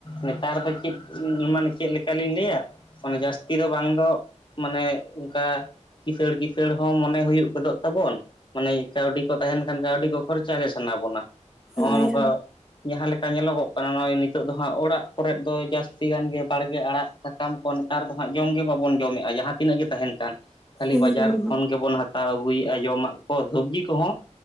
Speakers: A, on the left (about 40°); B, in the centre.
A: ᱱᱮᱛᱟᱨ ᱫᱚ ᱪᱮᱫ ᱢᱟᱱᱮ ᱪᱮᱜ ᱞᱮᱠᱟᱞᱤᱧ ᱞᱮᱭᱟ ᱾ ᱢᱟᱱᱮ ᱡᱟᱹᱥᱛᱤ ᱫᱚ ᱵᱟᱝ ᱫᱚ ᱢᱟᱱᱮ ᱚᱝᱠᱟ ᱾ ᱠᱤᱥᱟᱹᱲ ᱠᱤᱥᱟᱹᱲ ᱦᱚᱸ ᱢᱚᱱᱮ ᱦᱩᱭᱩᱜ ᱜᱚᱫᱚᱜ ᱛᱟᱵᱚᱱ ᱾ ᱢᱟᱱᱮ ᱠᱟᱹᱣᱰᱤ ᱠᱚ ᱛᱟᱦᱮᱱ ᱠᱷᱟᱱ ᱠᱟᱹᱣᱰᱤ ᱠᱚ ᱠᱷᱚᱨᱪᱟ ᱜᱮ ᱥᱟᱱᱟ ᱵᱚᱱᱟ ᱱᱚᱜᱼᱚ
B: ᱦᱳᱭ
A: ᱱᱚᱝᱠᱟ
B: ᱦᱳᱭ
A: ᱡᱟᱦᱟᱸ ᱞᱮᱠ ᱠᱟ ᱧᱮᱞᱚᱜ ᱚᱜ ᱠᱟᱱᱟ ᱱᱚᱜᱼᱚᱭ ᱱᱤᱛᱚᱜ ᱫᱚ ᱦᱟᱸᱜ ᱚᱲᱟᱜ ᱠᱚᱨᱮᱫ ᱫᱚ ᱡᱟᱹᱥᱛᱤ ᱜᱟᱱ ᱜᱮ ᱵᱟᱲᱜᱮ ᱟᱲᱟᱜ ᱥᱟᱠ ᱠᱟᱢ ᱠᱚ ᱱᱮᱛᱟᱨ ᱫᱚ ᱦᱟᱸᱜ ᱡᱚᱢ ᱜᱮ ᱵᱟᱵᱚᱱ ᱡᱚᱢᱮᱫᱼᱟ ᱡᱟᱦᱟᱸ ᱛᱤᱱᱟᱹᱜ ᱜᱮ ᱛᱟᱦᱮᱱ ᱠᱟᱱ ᱠᱷᱟᱹᱞᱤ
B: ᱮᱠᱫᱚᱢ
A: ᱵᱟᱡᱟᱨ ᱠᱷᱚᱱ ᱜᱮᱵᱚᱱ ᱦᱟᱛ ᱛᱟᱣ ᱟᱹᱜᱩᱭᱼᱟ ᱡᱚᱢᱟᱜ ᱠᱚ ᱥᱚᱵᱽᱡᱤ ᱠᱚᱦᱚᱸ